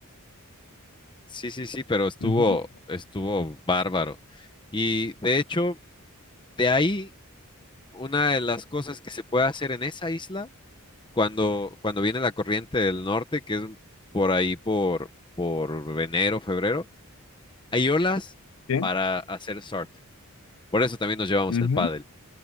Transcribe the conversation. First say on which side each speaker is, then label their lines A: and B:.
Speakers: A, on the left (about 20°); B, on the left (about 65°).
A: Sí, sí, sí, pero estuvo,
B: Ujú,
A: estuvo bárbaro. Y de hecho, de ahí, una de las cosas que se puede hacer en esa isla, cuando, cuando viene la corriente del norte, que es por ahí por, por enero, febrero, hay olas
B: Sí.
A: para hacer surf. Por eso también nos llevamos
B: ujú,
A: el pádel.